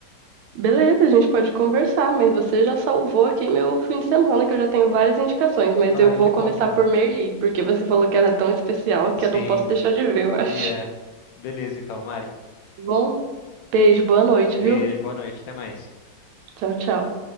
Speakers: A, on the right (about 85°); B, on the left (about 75°).
A: Beleza, a gente pode conversar, mas você já salvou aqui meu fim de semana, que eu já tenho várias indicações, mas
B: Ai,
A: eu vou
B: que bom,
A: começar
B: Mari.
A: por Merli, porque você falou que era tão especial que
B: Sim,
A: eu não posso deixar de ver, eu acho.
B: e é. Beleza, então, Mari.
A: Bom, beijo, boa noite,
B: Beijo,
A: viu?
B: boa noite, até mais.
A: Tchau, tchau.